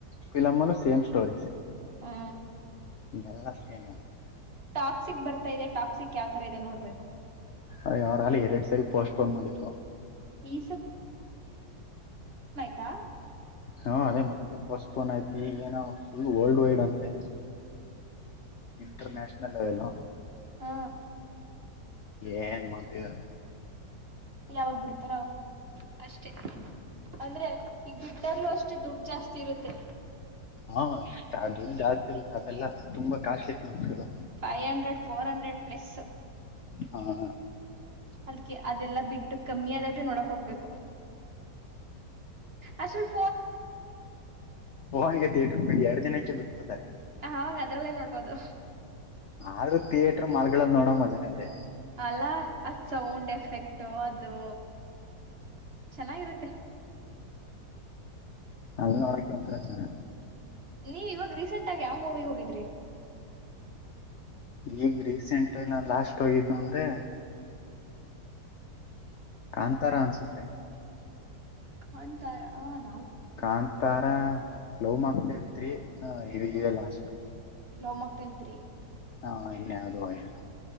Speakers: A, on the left (about 65°); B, on the right (about 40°).
A: ಫಿಲಮಲು ಸೇಮ್ ಸ್ಟೋರಿಸ್.
B: ಹಾ
A: ಎಲ್ಲ ಸೇಮ್ ಮಾಡ್ತಾ
B: ಟಾಕ್ಸಿಕ್ ಬರ್ತಾ ಇದೆ ಟಾಕ್ಸಿಕ್ ಯಾವ್ತರ ಇದೆ ನೋಡ್ಬೇಕು.
A: ಅಯ್ಯೋ ಅವ್ರ್ ಅಲ್ಲಿ ಎರಡ್ ಸಾರಿ ಪೋಸ್ಟ್ ಪೋನ್ ಮಾಡಿದ್ರು.
B: ಈ ದಾ
A: ಹಾ ಅದೇ ಮತ್ತೆ ಪೋಸ್ಟ್ಪೋನ್ ಐತಿ ಏನೋ ಫುಲ್ ವರ್ಲ್ಡ್ ವೈಡ್ ಅಂತೆ. International level.
B: ಆ
A: ಏನ್ ಮಾಡ್ತೀರಾ.
B: ಯಾವಾಗ್ ಬಿಡ್ತಾರ ಅಷ್ಟೆ ಅಂದ್ರೆ ಈಗ ಬಿಟ್ಟಾಗ್ಲು ಅಷ್ಟೆ ದುಡ್ಡು ಜಾಸ್ತಿ ಇರುತ್ತೆ.
A: ಹಾ ಹಾ <unintelligible> ಜಾಸ್ತಿ ಇರುತ್ತೆ ಅಲ್ಲ ತುಂಬಾ costly <unintelligible>
B: five hundred, four hundred plus.
A: ಹಾ ಹಾ.
B: ಅದ ಕ್ಕೆ ಅದೆಲ್ಲ ಬಿಟ್ಟು ಕಮ್ಮಿ ಆದಾಗೆ ನೋಡಾಕ್ ಹೋಗ್ಬೇಕು ಅಅಷ್ಟ್ರಲ್ಲಿ
A: ಹಗ ತೇಟ್ರಗೆ ಎರಡು ದಿನಕ್ಕೆ ಬಿು ಸೂಸೆರೇ.
B: ಹ ಅವಾಗ ಅದ್ರಲ್ಲೇ ನೋಡ್ಬೋದು.
A: ಆದ್ರೂ ಥಿಯೇಟ್ರ ಮಲ್ಗಳ ನೋಡಂಗ ಮಜ. ನಗೆ
B: ಅಲ್ಲ ಅದ್ ಸೌಂಡ್ ಎಫೆಕ್ಟು ಅದು ಚೆನ್ನಾಗಿರುತ್ತೆ. <unintelligible>
A: ಅಲೀ ನೋಡಕ ಒಂದು ತರ ಚೆನ್ನ
B: ನೀವ ಇವಾಗ ರೀಸೆಂಟ್ ಆಗ ಯಾವ್ ಮೂವಿ ಹೋಗಿದ್ರಿ.
A: ಈಗ ರೀಸೆಂಟ್ ನಾ ಲಾಸ್ಟ್ ಹೋಗಿದ್ದು ಅಂದ್ರೆ. ಕಾಂತಾರ ಅನ್ಸುತ್ತೆ... <unintelligible> ತ್ತ <unintelligible>
B: ಖನ್ದಾರನ್
A: ಕಾಂತಾರ ಲವ್ ಮಾಡಕ್ತತ್ರಿ ಹ ಇದಗಿದೆ ಲಾಸ್ಟ್
B: ಲವ್ ಮ್ಯಾಕ್ಟೇಲ್ ತ್ರೀ
A: ಹ ಇನ್ಯಾವುದೋ ಇಲ್ಲ.